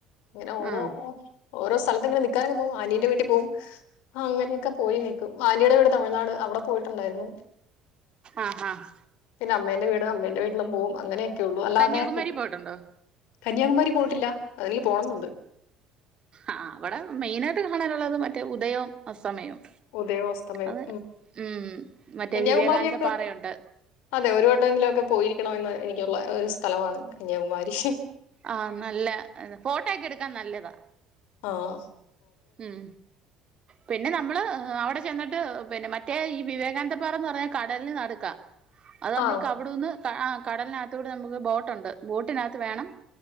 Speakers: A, on the left (about 65°); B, on the right (about 40°).
A: ഇങ്ങനെ ഓരോ
B: ആഹ്
A: ഓരോ സ്ഥലത്ത് ഇങ്ങനെ നിക്കാനക്കെ പോവും ആനീന്റെ വീട്ടി പോവും അങ്ങനൊക്കെ പോയി നിക്കും ആന്റിയുടെ വീട് തമിഴ്നാട് അവിടെ പോയിട്ടുണ്ടായിരുന്നു
B: ആഹ് ആഹ്
A: പിന്നെ അമ്മേന്റെ വീടും അമ്മേന്റെ വീട്ടിലും പോകും അങ്ങനെയൊക്കെ ഉള്ളു അല്ലാതെ
B: കന്യാകുമാരി പോയിട്ടുണ്ടോ
A: കന്യാകുമാരി പോയിട്ടില്ല അതെനിക്ക് പോണന്നുണ്ട്
B: ആഹ് അവടെ മെയിനായിട്ട് കാണാനുള്ളത് മറ്റേ ഉദയോം അസമയോം
A: ഉദയവും അസ്തമയവും
B: അത് ഉം മറ്റേ
A: കന്യാകുമാരിയൊക്കെ
B: വിവേകാനന്ദ പാറയുണ്ട്
A: അതെ ഒരു വട്ടമെങ്കിലും ഒക്കെ പോയിരിക്കണ എന്ന എനിക്കുള്ള ഒരു സ്ഥലാണ് കന്യാകുമാരി
B: ആഹ് നല്ല ഫോട്ടോ ഒക്കെ എടുക്കാൻ നല്ലതാ
A: ആഹ്
B: ഉം പിന്നെ നമ്മള് അവിടെ ചെന്നിട്ട് പിന്നെ മറ്റേ ഈ വിവേകാനന്ദപാറന്ന് പറഞ്ഞ കടലിന് നടക്ക അത് നമ്മൾക്ക്
A: ആ
B: അവിടൂന്ന് താ ആ കടലിനതൂടെ നമുക്ക് ബോട്ടൊണ്ട് ബോട്ടിനത്ത് വേണം